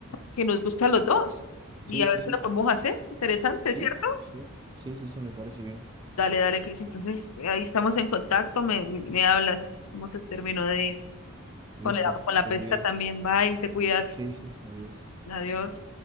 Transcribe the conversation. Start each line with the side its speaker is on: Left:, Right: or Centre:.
Left: que nos guste a los dos y
Right: Sí,
Left: a ver
Right: sí, sí,
Left: si lo podemos hacer. Interesante,
Right: sí,
Left: ¿cierto?
Right: sí, sí, sí, sí, me parece bien.
Left: Dale, dale, Cris. Entonces, ahí estamos en contacto. Me, me hablas cómo te terminó de ir con
Right: Listo,
Left: la, con
Right: que estés
Left: la pesca
Right: bien.
Left: también. Bye, te cuidas.
Right: Sí, sí, adiós.
Left: Adiós.